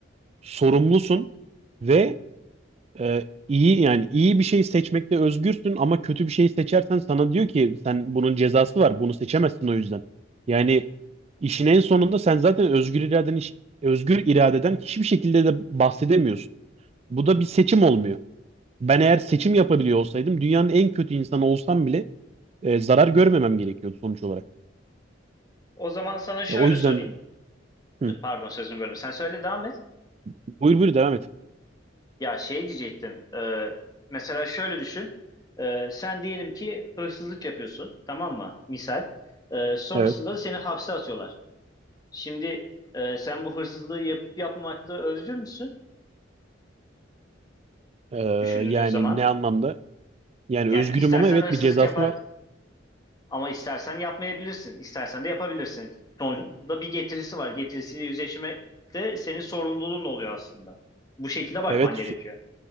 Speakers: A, on the right (about 35°); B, on the left (about 20°).
A: sorumlusun ve Ee, iyi yani iyi bir şey seçmekte özgürsün ama kötü bir şey seçersen sana diyor ki sen bunun cezası var. Bunu seçemezsin o yüzden. Yani işin en sonunda sen zaten özgür iraden özgür iradeden hiçbir şekilde de bahsedemiyorsun. Bu da bir seçim olmuyor. Ben eğer seçim yapabiliyor olsaydım dünyanın en kötü insanı olsam bile e, zarar görmemem gerekiyordu sonuç olarak.
B: O zaman sana şöyle
A: E, o yüzden
B: sorayım.
A: hı.
B: Pardon sözünü böldüm. Sen söyle devam et.
A: Buyur buyur devam et.
B: Ya şey diyecektim. e, mesela şöyle düşün. E, sen diyelim ki hırsızlık yapıyorsun. Tamam mı? Misal. E, sonrasında
A: Evet.
B: da seni hapse atıyorlar. Şimdi e, sen bu hırsızlığı yapıp yapmamakta özgür müsün?
A: Ee,
B: Düşündüğün
A: yani
B: zaman.
A: ne anlamda? Yani
B: Yani
A: özgürüm
B: istersen
A: ama evet
B: hırsızlık
A: bir cezası
B: yapar,
A: var.
B: Ama istersen yapmayabilirsin. istersen de yapabilirsin. Sonuçta bir getirisi var. Getirisiyle yüzleşme de senin sorumluluğun oluyor aslında. Bu şekilde bakman
A: Evet
B: gerekiyor.